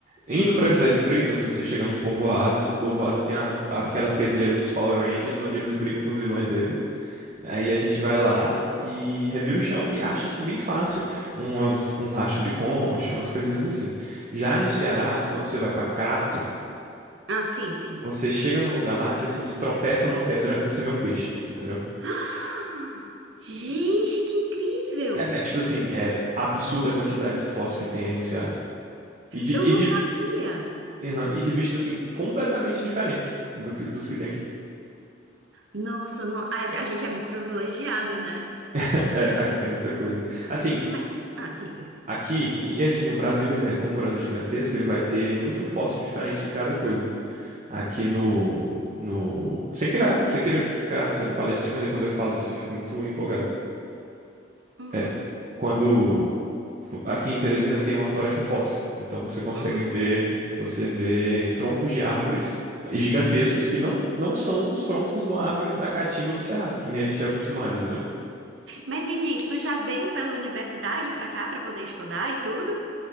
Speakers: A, on the right; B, on the right.
A: Indo
B: uhum.
A: pra José de Freitas, você chega num povoado, esse povoado tem a, aquela pedreira dos Power Rangers onde eles brigam com os vilões dele. Aí a gente vai lá e revira o chão e acha assim bem fácil umas, uns rastros de concha, umas coisinhas assim. Já no Ceará, quando você vai pra Crato,
B: Ah, sim, sim.
A: você
B: <gasps>
A: chega num lugar lá que assim você tropeça numa pedra, você vê um peixe, entendeu?
B: Ah, Gente,
A: E
B: que incrível!
A: É, é tipo assim, é absurda a quantidade de fóssil que tem aí no Ceará. E de,
B: Eu
A: e
B: não
A: de,
B: sabia!
A: Aham, E de bichos, assim, completamente diferentes do que- dos que tem aqui.
B: Nossa, no- a, a gente é muito privilegiado, né?
A: <laughs> É, aqui tem muita coisa. Assim,
B: Mas, ah, diga.
A: aqui, e assim, o Brasil, ele é, como o Brasil é gigantesco, ele vai ter muito fóssil diferente de cada coisa. Aqui
B: Uhum,
A: no, no, sem querer, sem querer ficar sendo palestrinha, mas é quando eu falo disso eu fico muito empolgado.
B: uhum,
A: É, quando aqui em Teresina tem uma floresta fóssil, então você consegue
B: uhum.
A: ver, você vê troncos de árvores gigantescos que não, não são os troncos de uma árvore da caatinga ou do cerrado, que nem a gente é acostumado, entendeu?
B: Mas me diz, tu já veio pela universidade pra cá pra poder estudar e tudo?